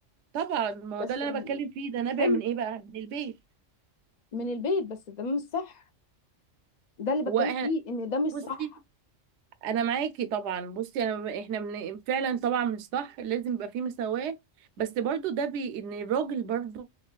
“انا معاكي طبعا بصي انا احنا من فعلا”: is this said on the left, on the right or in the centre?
Right